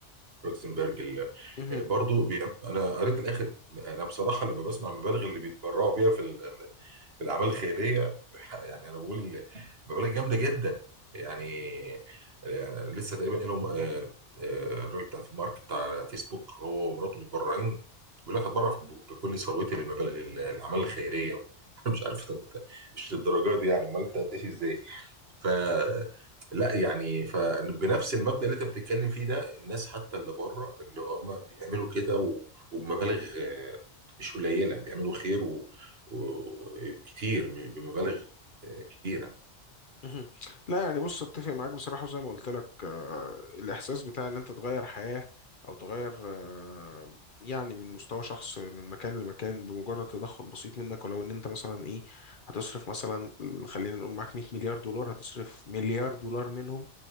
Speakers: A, on the right (about 60°); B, on the left (about 50°).
A: روكسنبرج ال-
B: مهم.
A: برضو بي... انا قريت الاخر انا بصراحه لما بسمع مبالغ اللي بيتبرعوا بيها في ال... في الاعمال الخيريه يعني انا بقول مبالغ جامده جدا يعني يعني لسه تقريبا لهم آه، آه، الراجل بتاع في مارك بتاع فيسبوك هو ومراته متبرعين بيقول لك هتبرع ب- بكل ثروتي للمبالغ للاعمال الخيريه <laughs> انا مش عارف طب مش للدرجه دي يعني امال انت هتعيش ازاي ف لا يعني فبنفس المبدأ اللي انت بتتكلم فيه ده الناس حتى اللي بره اللي هم بيعملوا كده و- وبمبالغ آه، مش قليلة بيعملوا خير وكتير بمبالغ آه، كبيرة
B: مهم. لا يعني بص اتفق معاك بصراحة وزي ما قلت لك آه، الإحساس بتاع إن أنت تغير حياة أو تغير آه، يعني من مستوى شخص من مكان لمكان بمجرد تدخل بسيط منك ولو إن أنت مثلا إيه هتصرف مثلا خلينا نقول معاك 100 مليار دولار هتصرف مليار دولار منهم